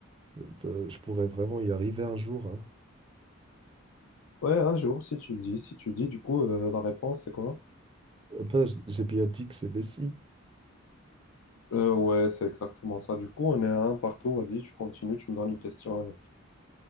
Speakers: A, on the right (about 25°); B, on the left (about 80°).
A: Euh, ben, je pourrais vraiment y arriver un jour. hein.
B: Ouais, un jour, si tu le dis, si tu le dis, du coup, euh, la réponse, c'est quoi?
A: Euh, ben, j- j'ai bien dit que c'est Messi.
B: Euh, ouais, c'est exactement ça. Du coup, on est à un partout. Vas-y, tu continues, tu me donnes une question euh,